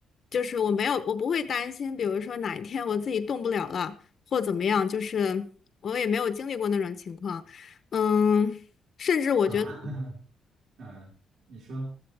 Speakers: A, on the left; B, on the right.
A: 就是我没有，我不会担心，比如说哪一天我自己动不了了，或怎么样，就是我也没有经历过那种情况，嗯，甚至我觉得。
B: 啊，<laughs> 嗯，你说，